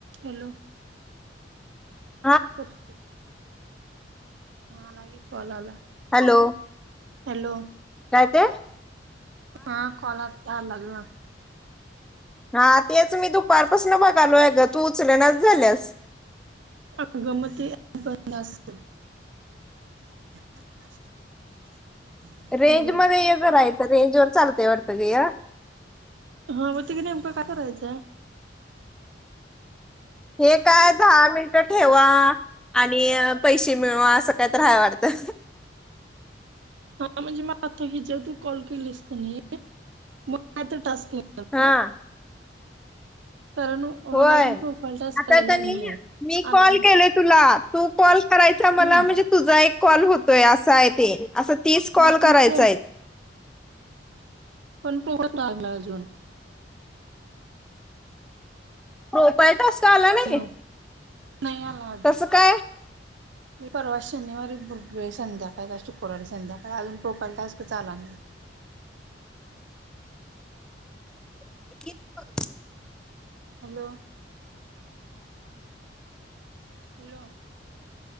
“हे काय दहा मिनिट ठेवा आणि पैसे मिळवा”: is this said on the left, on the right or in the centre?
Centre